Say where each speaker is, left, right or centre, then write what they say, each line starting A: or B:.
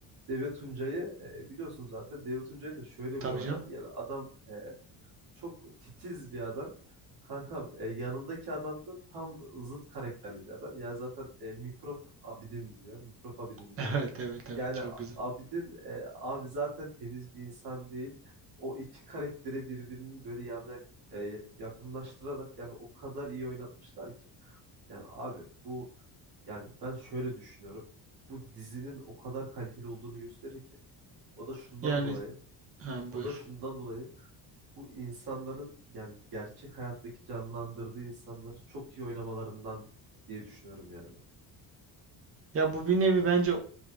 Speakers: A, on the right (about 60°); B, on the right (about 35°).
A: Deve Tuncay'ı e, biliyorsun zaten. Deve Tuncay'ın da şöyle bir
B: Tabii
A: olay
B: canım.
A: var. Yani adam e, çok titiz bir adam. Kankam e, yanındaki adam da tam zıt karakterli bir adam. Yani zaten e, mikrop Abidin diyor. Mikrop Abidin diyor.
B: <laughs> Evet evet evet
A: Yani
B: çok güzel.
A: Abidin e, abi zaten temiz bir insan değil. O iki karakteri birbirinin böyle yanına e, yakınlaştırarak yani o kadar iyi oynatmışlar ki. Yani abi bu yani ben şöyle düşünüyorum. Bu dizinin o kadar kaliteli olduğunu gösterir ki. O da şundan
B: Yani
A: dolayı.
B: ha,
A: O
B: buyur.
A: da şundan dolayı. Bu insanların yani gerçek hayattaki canlandırdığı insanları çok iyi oynamalarından diye düşünüyorum yani ben.
B: Ya bu bir nevi bence